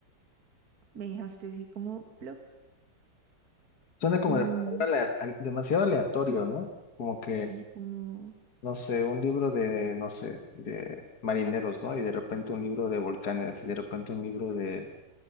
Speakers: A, on the right (about 55°); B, on the left (about 60°).
A: Me dejaste así como plop.
B: Suena como
A: Mm,
B: demasiado, alea- demasiado aleatorio, ¿no? Como que,
A: sí, como.
B: no sé, un libro de, no sé, de marineros, ¿no? Y de repente un libro de volcanes, y de repente un libro de,